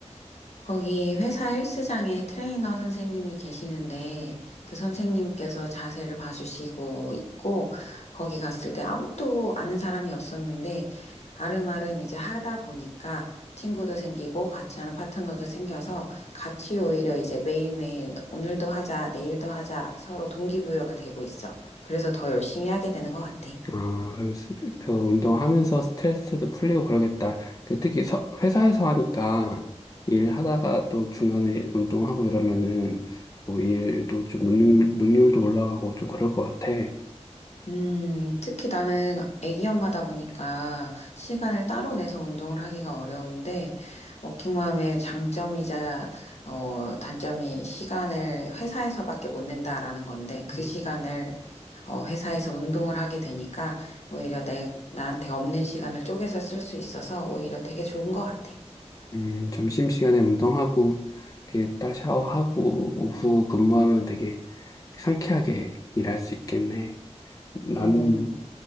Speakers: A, on the left; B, on the left.
A: 거기 회사 헬스장에 트레이너 선생님이 계시는데 그 선생님께서 자세를 봐주시고 있고 거기 갔을 때 아무도 아는 사람이 없었는데 아름아름 이제 하다 보니까 친구도 생기고 같이 하는 파트너도 생겨서 같이 오히려 이제 매일매일 오늘도 하자, 내일도 하자 서로 동기부여가 되고 있어. 그래서 더 열심히 하게 되는 것 같아.
B: 아, 그럼 스- 그 운동하면서 스트레스도 풀리고 그러겠다. 그 특히 서- 회사에서 하니까 일하다가 또 중간에 운동하고 이러면은 뭐 일도 좀 능률, 능률도 올라가고 좀 그럴 것 같아.
A: 음, 특히 나는 아기 엄마다 보니까 시간을 따로 내서 운동을 하기가 어려운데, 워킹맘의 장점이자, 어, 단점이 시간을 회사에서밖에 못 낸다라는 건데, 그
B: 음,
A: 시간을, 어, 회사에서 운동을 하게 되니까, 오히려 내, 나한테 없는 시간을 쪼개서 쓸 수 있어서 오히려 되게 좋은 것 같아.
B: 음, 점심시간에 운동하고 이렇게 딱 샤워하고 오후 근무하면 되게 상쾌하게 일할 수 있겠네. 나는,
A: 음,